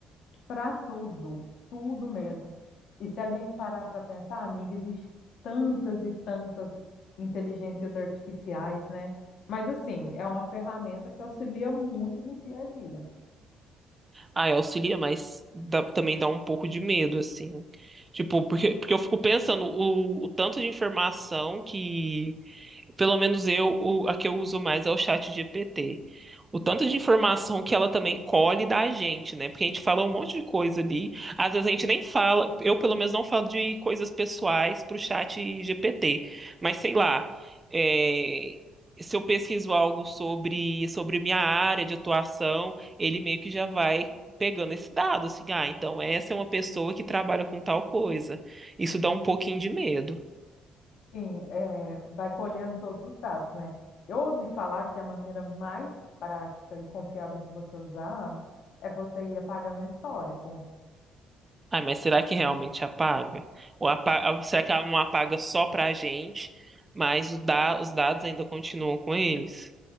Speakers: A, on the left (about 70°); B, on the right (about 25°).
A: para tudo, tudo mesmo. E se a gente parar para pensar, amiga, existem tantas e tantas inteligências artificiais, né? Mas assim, é uma ferramenta que auxilia muito no dia a dia.
B: Ah, é, auxilia, mas dá- também dá um pouco de medo, assim. Tipo, porque, porque eu fico pensando o, o tanto de informação que pelo menos eu, o- a que eu uso mais é o chat GPT. O tanto de informação que ela também colhe da gente, né? Porque a gente fala um monte de coisa ali. Às vezes a gente nem fala, eu pelo menos não falo de coisas pessoais pro chat GPT. Mas sei lá, é, se eu pesquiso algo sobre, sobre minha área de atuação, ele meio que já vai pegando esse dado, assim, ah, então essa é uma pessoa que trabalha com tal coisa. Isso dá um pouquinho de medo.
A: Sim, é, vai colhendo todos os dados, né? Eu ouvi falar que a maneira mais prática e confiável de você usar é você ir apagando o histórico.
B: Ah, mas será que realmente apaga? Ou apa- ah, será que ela não apaga só pra gente, mas os, da- os dados ainda continuam com eles?